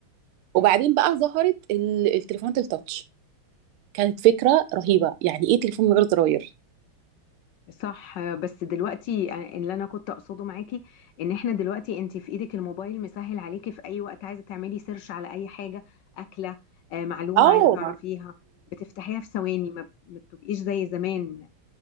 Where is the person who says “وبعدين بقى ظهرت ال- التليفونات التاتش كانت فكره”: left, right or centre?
Right